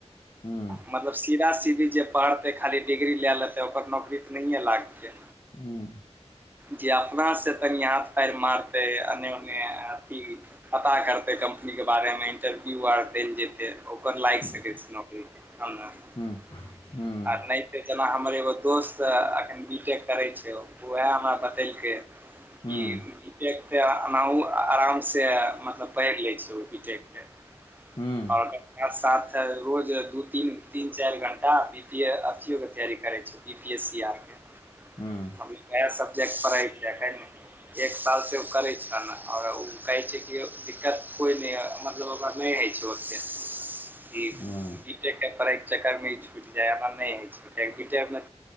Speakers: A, on the left; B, on the right.
A: हुँ।
B: मतलब सीधा सीधी जे पढ़तै खाली डिग्री लय लेतै ओकर नौकरी तऽ नहिये लागतै।
A: हुँ।
B: जे अपना से तनि हाथ पैर मारतै अने ओने अथी पता करतै कम्पनी के बारे मे इंटरव्यू आर दयले जेतै ओकर लागि
A: हूँ
B: सकै छैय नौकरी। <unintelligible>
A: हूँ हूँ
B: नहि त जेना हमर एगो दोस्त एखन बी टेक करै छैय ओ। वैह हमरा बतेलकै
A: हूँ
B: कि एक त अनाहुं आराम से मतलब पढ़ि लै छैय उ बी टेक के।
A: हँ।
B: ओर ओकर साथ रोज दू तीन तीन चारि घण्टा बी पी ए अथियोके तैयारी करै छैय बी पी एस सी आरके।
A: हँ।
B: अभी नया सब्जेक्ट पढ़ै के है। जे एक साल से ओ करै छऽ न आओर ओ कहै छैय कि दिक्कत कोय नहि ये दोगा नहि अछि ओते।
A: <inaudible>
B: इ
A: हूँ
B: बी टेक के करै के चक्कर मे इ छुटि जाय एहेन नहि होय छैय कियेकी बी टेक मे